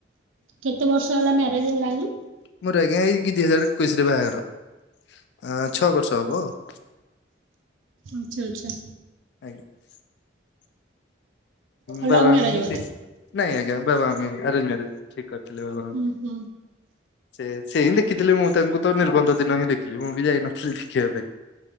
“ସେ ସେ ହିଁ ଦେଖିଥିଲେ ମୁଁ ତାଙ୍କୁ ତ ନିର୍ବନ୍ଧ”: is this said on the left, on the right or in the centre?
Left